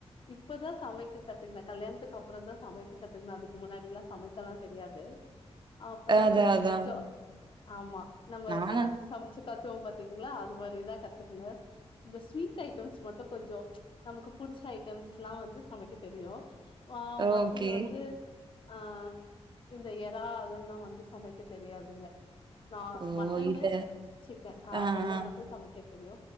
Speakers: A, on the left; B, on the right.
A: இப் பதா சமைக்க கத்துக்குண கல்யாணத்துக்குப்பறோ தா சமைக்க கத்துக்கண அதுக்கு முன்னாடில்லா சமைக்கலா தெரியாது அப்பதா
B: அதான்,
A: கொஞ்சோ
B: அதான்.
A: கொஞ்சோ ஆமா நம்ம
B: நானா
A: சமச்ச சமைச்சி கத்துவோ பாத்தீங்களா அது மாரிதா கத்துக்கண இந்த ஸ்வீட் ஐட்டம்ஸ் மட்டு கொஞ்சோ நமக்கு புடிச்ச ஐட்டம்ஸ்லா வந்து சமைக்க தெரியோ ஆ மத்தது
B: ஓகே.
A: வந்து ஆ இந்த எறா அதெல்லா வந்து சமைக்க தெரியாதுங்க ஆ
B: ஓ!
A: மட்டன்னு
B: இல்ல.
A: சிக்கன்
B: ஆ,
A: அதெல்லா
B: ஆ.
A: மட்டோ சமைக்க தெரியோ